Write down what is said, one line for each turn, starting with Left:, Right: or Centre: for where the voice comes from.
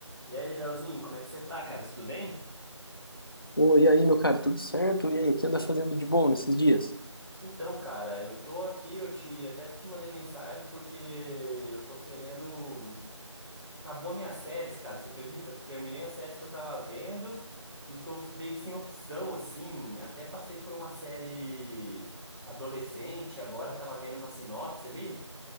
Right: E aí, Leozinho, como é que você tá, cara? Tudo bem?
Left: Ô, e aí, meu cara, tudo certo? E aí, o que anda fazendo de bom nesses dias?
Right: Então, cara, eu tô aqui, eu te até te mandei mensagem porque eu tô querendo. Acabou minhas séries, cara, você acredita? Terminei as séries que eu tava vendo e tô meio que sem opção, assim. Até passei por uma série adolescente, agora eu tava vendo uma sinopse ali.